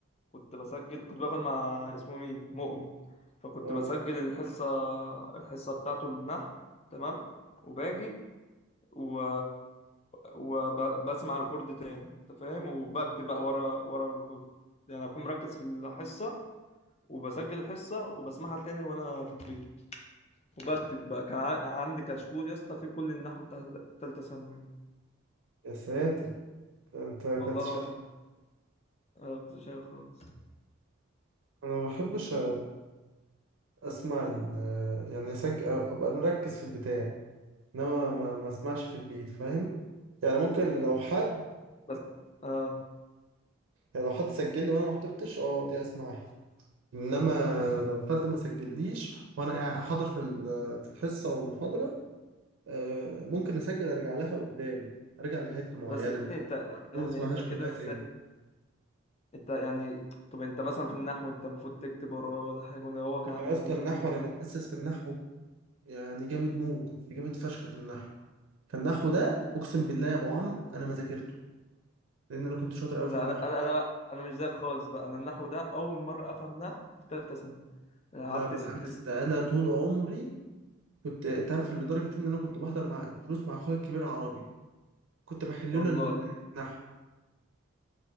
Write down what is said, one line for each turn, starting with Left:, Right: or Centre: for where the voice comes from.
Left: كنت بسجل كنت باخد مع اسمه مين مؤمن فكنت
Right: اه
Left: بسجل الحصه الحصه بتاعته النحو تمام وباجي و... وبسمع ريكورد تاني انت فاهم وبكتب بقى ورا ورا الريكورد يعني اكون مركز في الحصه وبسجل الحصه وبسمعها تاني وانا في البيت وبكتب بقى كان ع- عندي كشكول يا اسطى في كل النحو بتاع تالتة ثانوي دي.
Right: يا ساتر انت كنت
Left: والله
Right: شا...
Left: العظيم انا كنت شايل خالص
Right: انا ما بحبش اسمع ال... يعني اسجل ابقى مركز في البتاع انما ما ما اسمعش في البيت فاهم يعني ممكن لو حد
Left: بس اه
Right: يعني لو حد سجل لي وانا ما حضرتش اه دي اسمعها انما لو حد ما سجليش وانا قاعد- حاضر في ال- في الحصه والمحاضره آه، ممكن اسجل ارجع لها قدام ارجع لحته معينه
Left: بس يعني انت
Right: ما
Left: يعني
Right: اسمعهاش
Left: انت كده
Right: كلها
Left: ازاي
Right: تاني
Left: انت يعني طب انت مثلا في النحو انت المفروض تكتب وراه ولا حاجه ولا هو كان
Right: ما
Left: عامل
Right: هو يا اسطى
Left: لكم مذكره
Right: النحو انا متاسس في النحو يعني جامد موت كنت جامد فشخ في النحو فالنحو ده اقسم بالله يا ابو عمرو انا ما ذاكرته لان انا كنت شاطر قوي
Left: لا
Right: في النحو
Left: انا انا انا انا مش زيك خالص بقى انا النحو ده اول مره افهم نحو في ثالثه ثانوي انا
Right: لا
Left: قعدت
Right: بالعكس
Left: ست سنين
Right: ده انا طول عمري كنت انت عارف لدرجه ان انا كنت بحضر مع دروس مع اخويا الكبير عربي كنت بحل
Left: والله
Right: له النحو